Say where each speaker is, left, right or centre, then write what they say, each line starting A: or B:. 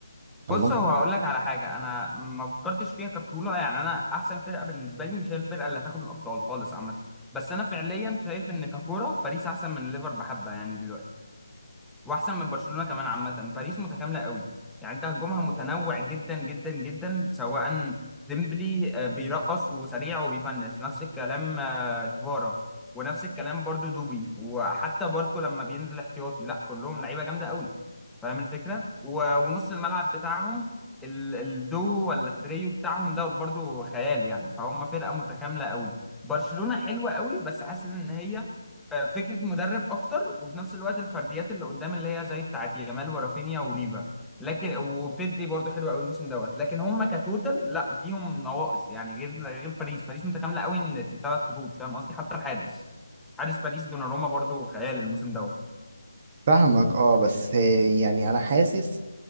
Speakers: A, on the right; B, in the centre.
A: ولا
B: بص
A: انت
B: هو هقول لك على حاجة انا ما فكرتش فيها كبطولة يعني انا احسن فرقة بالنسبة لي مش هي الفرقة اللي هتاخد الابطال خالص عامة بس انا فعليا شايف ان ككورة باريس احسن من ليفر بحبة يعني دلوقتي واحسن من برشلونه كمان عامه باريس متكامله قوي يعني انت هجومها متنوع جدا جدا جدا سواء ديمبلي آه، بيرقص وسريع وبيفنش نفس الكلام آه، كفارا ونفس الكلام برضو دوبي وحتى باركو لما بينزل احتياطي لا كلهم لعيبه جامده قوي فاهم الفكره و- ونص الملعب بتاعهم ال- الدو ولا التريو بتاعهم ده برضو خيال يعني فهم فرقه متكامله قوي برشلونه حلوه قوي بس حاسس ان هي آه، فكره مدرب اكتر وفي نفس الوقت الفرديات اللي قدام اللي هي زي بتاعت يامال ورافينيا وليفا لكن وبيدري برضو حلو قوي الموسم دوت لكن هم كتوتال لا فيهم نواقص يعني غير غير باريس باريس متكامله قوي إن في الثلاث خطوط فاهم قصدي حتى الحارس حارس باريس دوناروما برضو خيال الموسم دوت
A: فاهمك اه بس يعني انا حاسس